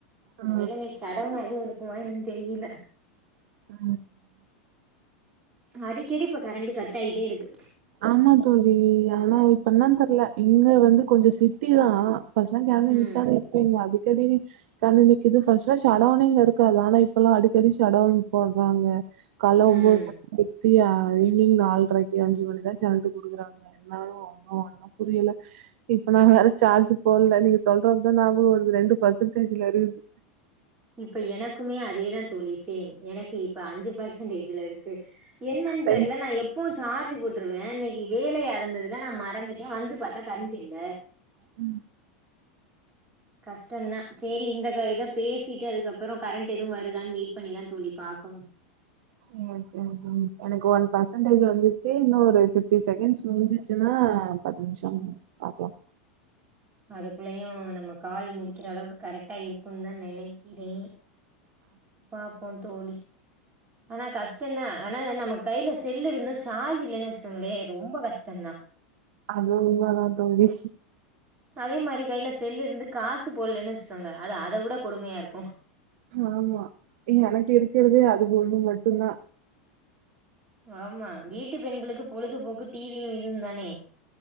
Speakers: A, on the right; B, on the right.
A: ஒரு
B: ஆ
A: வேள இன்னக்கி ஷடவுனா எது இரு க்குமா என்னன்னு தெரியில.
B: ஆ
A: அடிக்கடி இப்ப கரண்டு கட் ஆயிட்டே இருக்கு.
B: ஆமா தோழி ஆனா இப்ப என்னன் தெர்ல. இங்க வந்து கொஞ்சொ சிட்டிதா. ஃபஸ்ட்லா கரண்டு
A: ம்
B: நிக்காது இப்ப இங்க அடி க்கடி நி கரண்டு நிக்கிது ஃபஸ்ட்லா ஷடவுனே இங்க இருக்காது ஆனா இப்பல்லா அடிக்கடி ஷடவுன் போட்றாங்க. கால்ல ஒம்போது
A: ம்
B: பத்து மணி சியா ஈவினிங் நால்ரைக்கி அஞ்சு மணி க்குதா கரண்டு குடுக்குறாங்க. என்னனு ஒன்னு ஒன்னும் புரியல. இப்ப நா வேற சார்ஜ் போடல நீங்க சொன்னவுந்தா ஞாபகோ வருது ரெண்டு பர்சன்டேஜ்ல இருக்குது.
A: இப்ப எனக்குமே அதேதா தோழி சேம் எனக்கு இப்ப அஞ்சு பர்சன்டேஜ்ல இருக்கு. என்னன்
B: ரெண்
A: தெர்ல நா எப்பவு சார்ஜு போட்ருவே இன்னக்கி வேலையா இருந்ததுல நா மறந்துட்டே வந்து பாத்தா கரண்ட்டு இல்ல.
B: உ
A: கஷ்டந்தா சரி இந்த இத பேசிட்டு அதுக்கப்பறோ கரண்ட் எதுவு வருதானு வெயிட் பண்ணிதா சொல்லி பாக்கணு
B: சரி சரி எனக்கு ஒன் பர்சன்டேஜ் வந்துச்சு இன்னு ஒரு ஃபிஃப்டி செகன்ஸ் முடிஞ்சிச்சுன்னா பத்து நிமிஷோ பாக்கலா
A: அதுக்குள்ளயு நம்ம கால் முடிக்கிற அளவுக்கு கரெக்டா இருக்குன்னு தா நினைக்கிறே பார்ப்போ தோழி ஆனா கஷ்டந்தா ஆனா என்ன நம்ம கையில செல்லு இருந்தும் சார்ஜ் இல்லலைன்னு வச்சுக்கோங்களே ரொம்ப கஷ்டந்தா
B: அதுவு உன்மதா தோழி
A: அதே மாரி கையில செல்லு இருந்து காசு போடலன்னு வச்சுக்கோங்க அது அத விட கொடுமையா இருக்கு
B: ஆமா எ எனக்கு இருக்கிறதே அது ஒன்னு மட்டுந்தா
A: ஆமா வீட்டுக்கு பெண்களுக்கு பொழுதுபோக்கு டி வியு இதுவு தானே